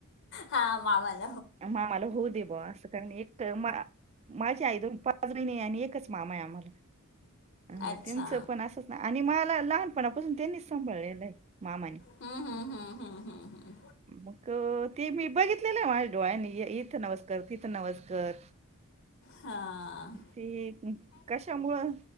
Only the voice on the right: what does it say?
मामाला होऊ दे ब असं करुण एक माझी आई दोन पाच बहिणी आणि एकच मामा आहे आम्हाला मग
त्यांचं पण असच ना आणि मला लहान लहानपणापासून त्यांनी सांभाळलेलं आहे मामाने
मग तेी मी बघितलेलं आहे माझ्या डोळ्यानी इथं नमस् कर तीथ नवस कर
ती कशामुळं